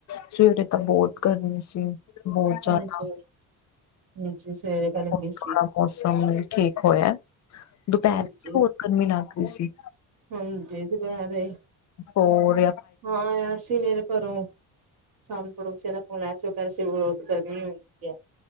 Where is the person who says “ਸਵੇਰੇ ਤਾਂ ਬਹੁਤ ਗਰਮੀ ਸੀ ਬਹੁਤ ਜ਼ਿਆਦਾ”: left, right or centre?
Left